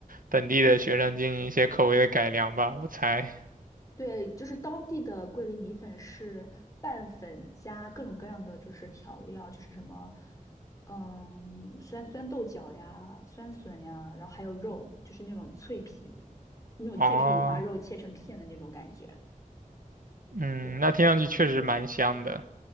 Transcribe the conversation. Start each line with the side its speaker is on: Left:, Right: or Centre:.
Right: 本地的学生进行一些口味的改良吧，我猜。
Left: 对，就是当地的桂林米粉是拌粉加各种各样的就是调料，就是什么，嗯，酸酸豆角呀、酸笋呀，然后还有肉，就是那种脆皮，那种脆皮五花肉切成片的那种感觉。
Right: 哦，嗯，
Left: 对。
Right: 那听上去确实蛮香的，